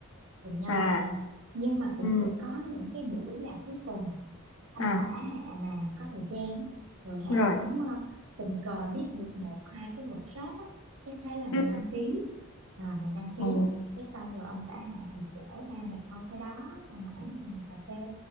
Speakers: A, on the right; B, on the left.
A: cùng nhau
B: à
A: làm nhưng mà cũng
B: ừ
A: sẽ có những cái buổi là cuối tuần ông
B: à
A: xã Hạ mà có thời gian á, rồi
B: rồi
A: Hạ cũng ờ, tình cờ biết được một hai cái workshop á cái thế là
B: ừ
A: mình đăng ký à, mình đăng ký
B: ồ
A: cái xong rồi ông xã Hạ thì chở ba mẹ con tới đó xong mà ảnh thì ngồi cà phê